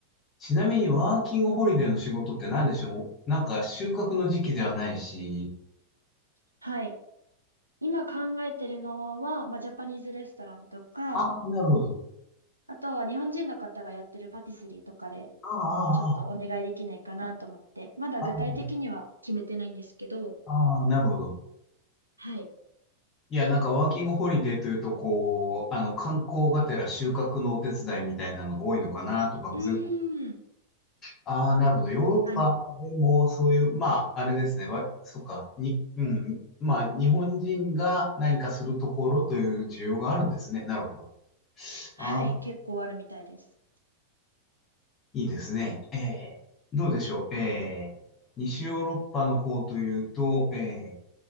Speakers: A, on the left; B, on the right.
A: ちなみにワーキングホリデーの仕事って何でしょうなんか収穫の時期ではないし。
B: はい。今考えてるのは、まあ、ジャパニーズレストランとか、
A: ああ、なるほど。
B: あとは日本人の方がやってるパティスリーとかで、
A: あ
B: ちょっとお願いできないかなと思って、
A: あ、
B: まだ具体的には決めてないんですけど、
A: ああ、ああ、ああなるほど。
B: はい。
A: いや、なんかワーキングホリデーというと、こう、あの、観光がてら収穫のお手伝いみたいなのが多いのかなと、漠然と。
B: うーん、
A: ああ、なるほど。ヨーロッパでもそういう、
B: 確かに。
A: まあ、あれですね。わ、そっか。に、うん。まあ、日本人が何かするところという需要があるんですね。なるほど。
B: はい、
A: ああ
B: 結構あるみたいです。
A: いいですね。えー、どうでしょう。えー、西ヨーロッパの方というと、え